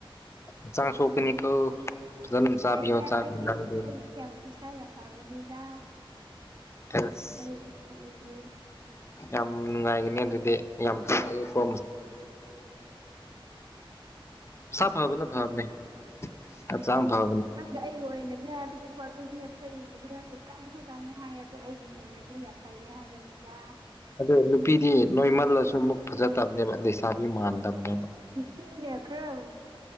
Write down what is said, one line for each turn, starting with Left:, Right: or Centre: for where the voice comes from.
Left: ꯍꯛꯆꯥꯡ ꯁꯣꯛ ꯀꯅꯤꯀꯣ ꯐꯖꯅ ꯆꯥꯕꯤꯌꯣ
Right: ꯌꯥꯏꯗ
Left: ꯆꯥꯛ
Right: ꯑꯩꯗꯤ
Left: ꯏꯟꯁꯥꯡꯗꯣ
Right: ꯑꯩꯗꯤ ꯏꯁꯥ ꯌꯥꯝ ꯐꯕꯅꯤꯗ
Left: ꯑꯁ
Right: ꯑꯗꯨꯅꯦ ꯑꯩꯗꯤ
Left: ꯌꯥꯝ ꯅꯨꯡꯉꯥꯏꯒꯅꯤ ꯑꯗꯨꯗꯤ ꯌꯥꯝ ꯐꯩꯌꯦꯀꯣ ꯁꯥ ꯐꯕ ꯐꯥꯕꯅꯦ꯫ ꯍꯥꯛꯆꯥꯡ ꯐ
Right: ꯎ ꯈꯪꯗꯦ ꯑꯩꯒꯤ ꯑꯣꯏꯅꯗꯤ ꯌꯥꯏ ꯍꯥꯏꯕꯗꯤꯀꯣ ꯑꯗꯨ ꯃꯤ ꯑꯇꯩꯒꯤꯗꯤ ꯅꯪꯗꯤ ꯀꯪꯉꯦ ꯀꯪꯉꯦ ꯍꯥꯏꯌꯦ ꯑꯗꯣ ꯑꯩꯒꯤꯗꯤ ꯑꯣꯏꯅꯗꯤ ꯌꯥꯝ ꯐꯩꯌꯦ ꯍꯥꯏꯕꯅꯤꯗ꯫
Left: ꯑꯗꯣ ꯅꯨꯄꯤꯗꯤ ꯅꯣꯏ ꯃꯜꯂꯁꯨ ꯑꯃꯨꯛ ꯐꯖꯠꯇꯕꯅꯦꯕ ꯂꯩꯁꯥꯕꯤ ꯃꯥꯟꯗꯕꯅꯦꯕ꯫
Right: ꯅꯨꯄꯤꯅ ꯈꯔ